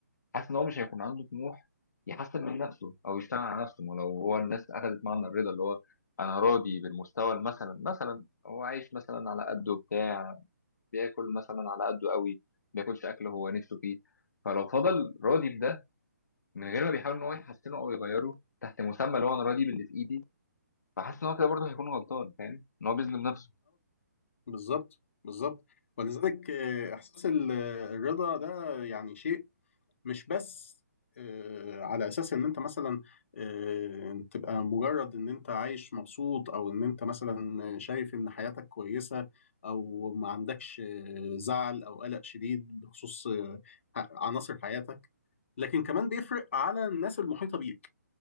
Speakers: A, on the left (about 75°); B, on the left (about 45°).
A: حاسس إن هو مش هيكون عنده طموح يحسن من نفسه أو يشتغل على نفسه ما لو هو الناس أخذت معنى الرضا اللي هو أنا راضي بالمستوى مثلا مثلا هو عايش مثلا على قده بتاع بياكل مثلا على قده قوي ما بياكلش أكل هو نفسه فيه فلو فضل راضي بده من غير ما بيحاول ان هو يحسنه او يغيره تحت مسمى اللي هو انا راضي باللي في ايدي فحاسس ان هو كده برضه هيكون غلطان فاهم ان هو بيظلم نفسه
B: بالظبط بالظبط ولذلك آه، احساس ال- آه، الرضا ده يعني شيء مش بس آه، على اساس ان انت مثلا آه، تبقى مجرد ان انت عايش مبسوط او ان انت مثلا شايف ان حياتك كويسة او ما عندكش آه، زعل او قلق شديد بخصوص آه، عناصر حياتك لكن كمان بيفرق على الناس المحيطة بيك